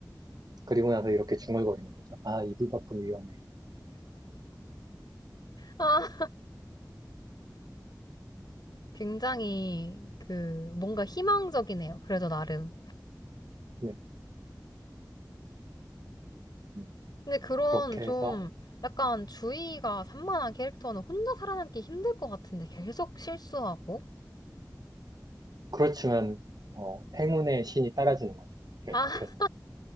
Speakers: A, on the right (about 60°); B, on the left (about 70°).
A: 그리고 나서 이렇게 중얼거리는 거죠. 아, 이불 밖은 위험해.
B: 아, 굉장히 그 뭔가 희망적이네요. 그래도 나름.
A: 네. 음,
B: 근데 그런
A: 그렇게
B: 좀
A: 해서,
B: 약간 주의가 산만한 캐릭터는 혼자 살아남기 힘들 것 같은데 계속 실수하고.
A: 그렇지만, 어, 행운의 신이 따라주는 거죠. 계속해서.
B: 아,